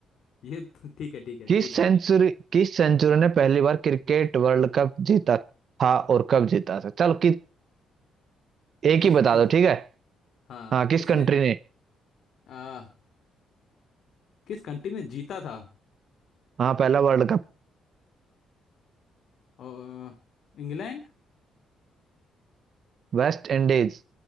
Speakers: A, on the left; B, on the right.
A: ये <laughs> तो- ठीक है ठीक है
B: किस
A: पूछो
B: सेंचुरी किस सेंचुरी ने पहली बार क्रिकेट वर्ल्ड कप जीता था और कब जीता था चलो कि एक
A: किसने
B: ही बता दो ठीक है
A: हाँ
B: हाँ किस
A: किसने
B: कंट्री ने
A: आ, किस कंट्री ने जीता था
B: हाँ पहला वर्ल्ड कप
A: अ, इंग्लैंड
B: West Indies